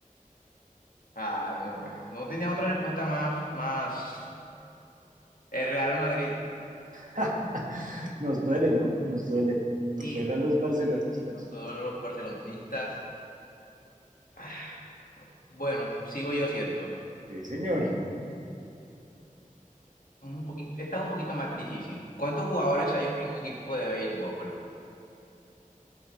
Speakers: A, on the left; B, on the right.
A: Ay, no, pues. No tenía otra respuesta más, más. El Real Madrid.
B: <laughs> Nos duele, ¿no? Nos duele. Nos
A: Sí,
B: duele a los barcelonistas.
A: sí, sí. los dos los barcelonistas. Ah, Bueno, sigo yo, cierto.
B: Sí, señor.
A: Un poquito, esta es un poquito más difícil. ¿Cuántos jugadores hay en un equipo de béisbol?